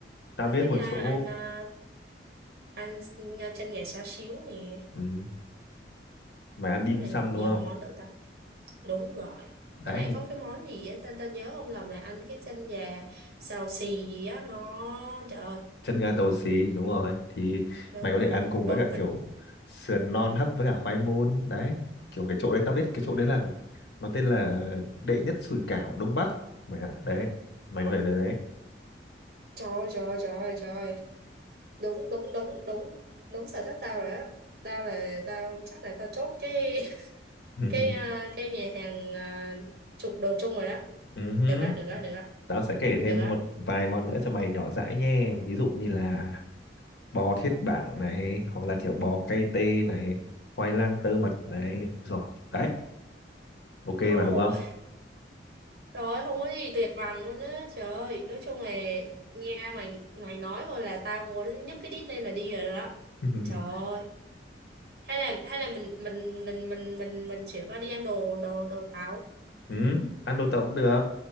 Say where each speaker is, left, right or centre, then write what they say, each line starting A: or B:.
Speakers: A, on the left; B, on the right.
A: tao
B: tao
A: biết
B: thích
A: một
B: à,
A: chỗ
B: ăn à, ăn à, chân gà xá xíu nè nói
A: ừ. mày ăn dim
B: chung là
A: sum
B: nhiều
A: đúng không
B: món đồ tàu đúng rồi
A: đấy
B: thế này
A: thì
B: có cái món gì á tao tao nhớ không lầm là ăn cái chân gà xào xì gì á ngon trời ơi
A: chân gà tàu xì đúng rồi thì
B: đúng
A: mày có thể
B: rồi
A: ăn cùng
B: perfect
A: với cả kiểu sườn non hấp với cả khoai môn đấy kiểu cái chỗ đấy tao biết cái chỗ đấy là nó tên là đệ nhất sủi cảo Đông Bắc mày ạ đấy mày có thể đến đấy
B: trời ơi, trời ơi, trời ơi, trời ơi. đúng đúng đúng đúng đúng sở thích tao rồi á tao là tao chắc là tao chốt cái <laughs>
A: ừ.
B: cái
A: <laughs>
B: à, cái nhà hàng à, chụp đồ chung rồi đó
A: Ừ hứ,
B: được á được á được á
A: Tao sẽ kể thêm
B: được á
A: một vài món nữa cho mày nhỏ dãi nhé. Ví dụ như là bò thiết bảng này, hoặc là kiểu bò cay tê này, khoai lang tơ mật này. Rồi, đấy, ok
B: Ồ,
A: mà đúng không?
B: trời ơi, không có gì tuyệt vời luôn á trời ơi nói chung là nghe mày mày nói thôi là tao muốn nhấc cái đít lên là đi rồi đó
A: <laughs>
B: trời ơi hay là hay là mình mình mình mình mình mình chuyển qua đi ăn đồ đồ đồ táo
A: ừ, ăn đồ tàu cũng được.